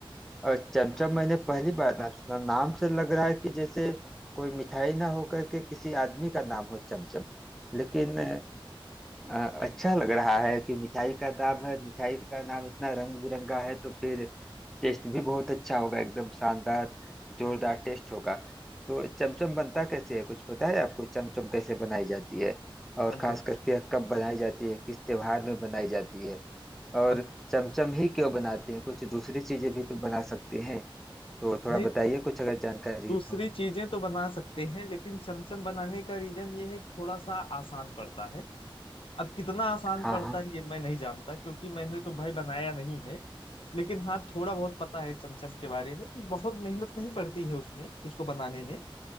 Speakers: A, in the centre; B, on the left.
A: और चमचम
B: हाँ।
A: मैंने पहली बार नाम सुना नाम से लग रहा है कि जैसे कोई मिठाई ना होकर के किसी आदमी का नाम हो चमचम लेकिन अ, अच्छा लग रहा है कि मिठाई का नाम है मिठाई का नाम इतना रंग बिरंगा है तो फिर टेस्ट भी बहुत अच्छा होगा एकदम शानदार जोरदार टेस्ट होगा तो चमचम बनता कैसे है कुछ पता है आपको चमचम कैसे बनाई जाती है और
B: अब
A: खास
B: भैया
A: करके कब बनाई जाती है किस त्योहार में बनाई जाती है और
B: अब
A: चमचम ही क्यों बनाते हैं कुछ दूसरी चीजें भी तो बना सकते हैं तो थोड़ा
B: नहीं
A: बताइए कुछ अगर जानकारी
B: दूसरी
A: है तो
B: चीजें तो बना सकते हैं लेकिन चमचम बनाने का रीजन ये है कि थोड़ा सा आसान पड़ता है अब कितना आसान
A: हाँ
B: पड़ता
A: हाँ
B: है ये मैं नहीं जानता क्योंकि मैंने तो भाई बनाया नहीं है लेकिन हाँ थोड़ा बहुत पता है चमचम के बारे में कि बहुत मेहनत नहीं पड़ती है उसमें उसको बनाने में